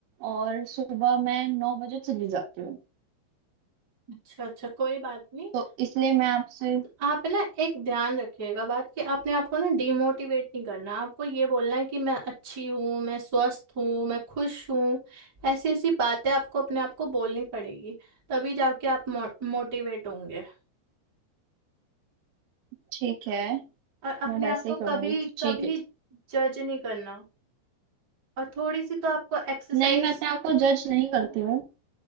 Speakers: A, on the right; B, on the right.
A: और सुबह मैं नौ बजे चली जाती हूँ
B: अच्छा अच्छा कोई बात नहीं
A: तो इसलिए मैं आपसे
B: आप ना एक ध्यान रखिएगा बात कि आपने आपको ना डिमोटिवेट नहीं करना आपको ये बोलना है कि मैं अच्छी हूँ मैं स्वस्थ हूँ मैं खुश हूँ ऐसी ऐसी बातें आपको अपने आप को बोलनी पड़ेगी तभी जाके आप मो, मोटिवेट होंगे
A: ठीक है
B: और अपने
A: मैं वैसे
B: आप को
A: ही करूँगी
B: कभी
A: तो ठीक
B: कभी
A: है ठीक
B: जज नहीं करना और थोड़ी सी तो आपको एक्सरसाइज
A: नहीं मैं अपने आप को जज नहीं करती हूँ